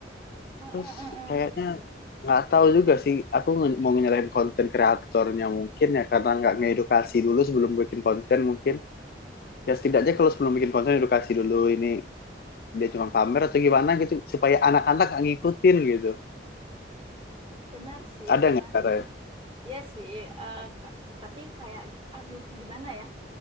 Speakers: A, on the right; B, on the left.
A: Mm, mm,
B: Terus
A: mm,
B: kayaknya
A: mm.
B: nggak tahu juga sih. Aku nge- mau nyalahin konten kreatornya mungkin ya karena nggak ngedukasi dulu sebelum bikin konten mungkin. Ya setidaknya kalau sebelum bikin konten edukasi dulu ini dia cuma pamer atau gimana gitu supaya anak-anak nggak ngikutin gitu.
A: benar sih
B: Ada
A: benar
B: nggak cara
A: iya sih eh, ka- tapi kayak aduh gimana ya